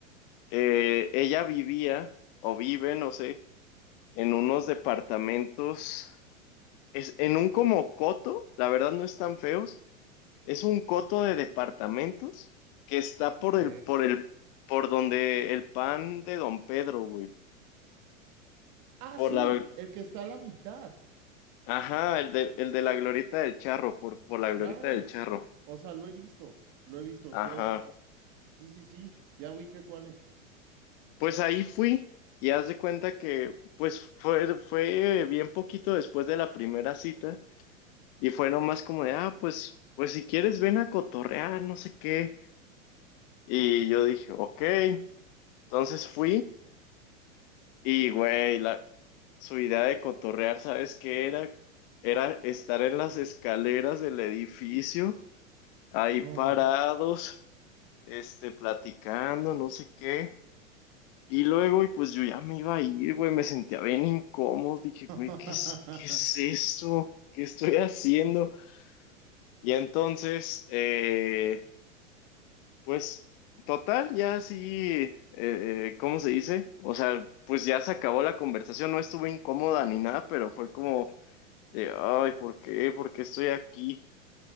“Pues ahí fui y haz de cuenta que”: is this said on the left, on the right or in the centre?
Left